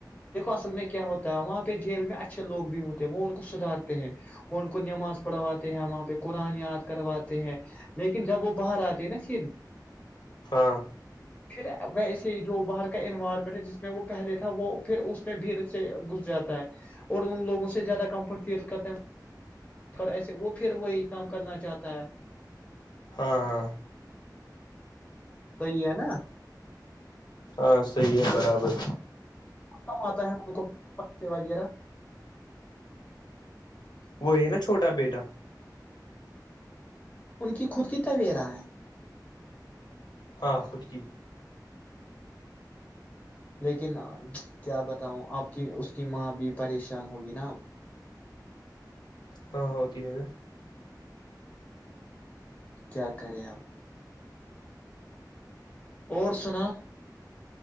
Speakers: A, on the left; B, on the left.
A: اصل میں کیا ہوتا ہے وہاں پہ جیل میں اچھے لوگ بھی ہوتے ہیں وہ ان کو سدارتے ہیں وہ ان کو نماز پڑھواتے ہیں وہاں پہ قرآن یاد کرواتے ہیں لیکن جب وہ باہر آتے ہیں نا پھر
B: ہاں
A: پھر ویسے جو باہر کا انوائرمنٹ ہے جس میں وہ پہلے تھا وہ پھر اس میں بھیڑ سے گھس جاتا ہے اور ان لوگوں سے زیادہ کمفرٹ فیل کرتے ایسے وہ پھر وہی کام کرنا چاہتا ہے
B: ہاں ہاں
A: صی ہے نا
B: ہاں سحی ہے برابر
A: کم آتا ہے ان کو پتے وغیرہ
B: وہ ہے نا چھوٹا بیٹا
A: ان کی خود کی طویرہ ہیں
B: ہاں خود کی
A: لیکن کیا بتاؤ آپ کی اس کی ماں بھی پریشان ہوگی نا
B: ہاں ہوتی ہے نا
A: کیا کریں اب اور سنا